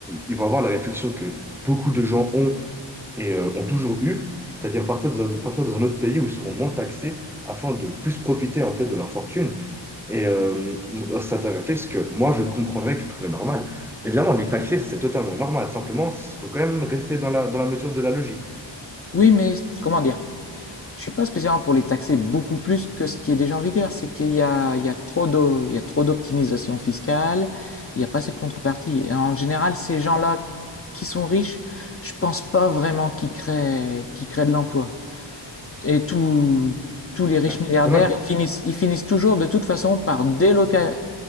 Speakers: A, in the centre; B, on the left.
A: ils vont avoir la réflexion que beaucoup de gens ont et euh, ont toujours eu, c'est-à-dire partir dans, partir dans un autre pays où ils seront moins taxés afin de plus profiter en fait de leur fortune. Et euh, ça t'avait fait ce que moi je comprendrais que je trouverais normal. Évidemment, les taxer, ça c'est totalement normal. Simplement, il faut quand même rester dans la, dans la mesure de la logique.
B: Oui, mais comment dire? Je suis pas spécialement pour les taxer beaucoup plus que ce qui est déjà en vigueur. C'est qu'il y a, il y a trop de, il y a trop d'optimisation fiscale. Il n'y a pas ces contreparties. Et en général, ces gens-là qui sont riches, je pense pas vraiment qu'ils créent, qu'ils créent de l'emploi. Et tous tous les riches
A: Bah,
B: milliardaires,
A: Quand même.
B: ils finissent, ils finissent toujours de toute façon par délocaliser.